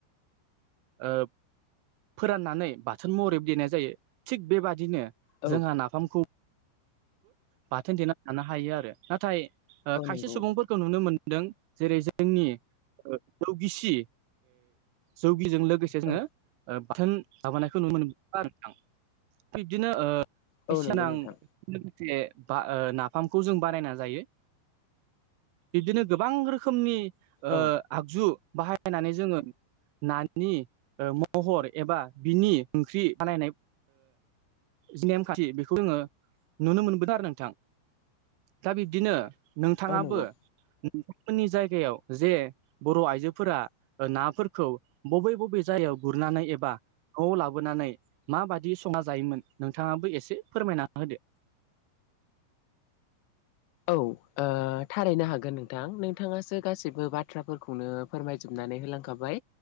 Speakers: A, on the right; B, on the left.
A: ओ फोराननानै बाथोन महरै देनाय जायो थिग बेबादिनो
B: औ
A: जोंहा नाफाम बाथोन देना लानो हायो आरो नाथाय
B: औ
A: खायसे
B: नंगौ
A: सुबुंफोरखौ खौ नुनो मोनदों जेरै जोंनि जौगिसि जौगिजों लोगोसे जोङो
B: औ
A: बाथोन माबानायखौ नुनो मोनबो आरो आं बिब्दिनो बायसिना
B: औ नंगौ नोंथां
A: लोगोसे बा नाफामखौ जों बानायना जायो। बिबदिनो गोबां रोखोमनि
B: औ
A: आगजु बाहायनानै जोङो नानि महर एबा बिनि ओंख्रि बानायनाय जि नेमखान्थि बेखौ जोङो नुनो मोनबोदों आरो नोंथां दा बिब्दिनो नोंथाङाबो
B: औ नंगौ औ
A: नोंथांमोननि जायगायाव जे बर' आइजोफोरा नाफोरखौ बबे बबे जायगायाव गुरनानै एबा खौ लाबोनानै माबाददि संना जायोमोन नोंथाङाबो एसे फोरमायना होदो
B: औ थारैनो हागोन नोंथां नोंथाङासो गासैबो बाथ्राफोरखौनो फोरमायजोबनानै होलांखाबाय